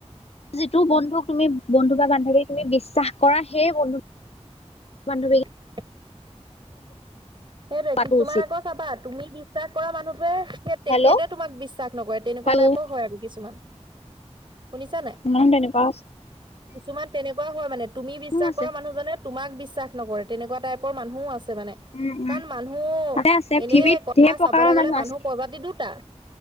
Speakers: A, on the left; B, on the right.
A: যিটো বন্ধুক তুমি বন্ধু বা বান্ধৱীক তুমি বিশ্বাস কৰা। সেই বন্ধু-বান্ধৱী
B: <inaudible> সেইটোৱে
A: পোৱাটো
B: কিছুমান
A: উচিত
B: আকৌ চাবা তুমি বিশ্বাস কৰা মানুহটোৱে তেখেতে
A: হেল্ল'
B: তোমাক বিশ্বাস নকৰে তেনেকুৱা
A: হেল্ল'
B: টাইপৰ হয় আৰু কিছুমান, শুনিছা নাই?
A: ইমান তেনেকুৱা
B: কিছুমান তেনেকুৱা হয় মানে তুমি
A: মানুহ
B: বিশ্বাস
A: আছে
B: কৰা মানুহজনে তোমাক বিশ্বাস নকৰে তেনেকুৱা টাইপৰ মানুহও আছে মানে।
A: উম উম
B: কাৰণ মানুহ
A: আছে আছে
B: এনে
A: পৃথিৱীত
B: কথা
A: ঢেৰ প্ৰকাৰৰ
B: চাবলৈ গলে মানুহ
A: আছে
B: প্ৰজাতি দুটা,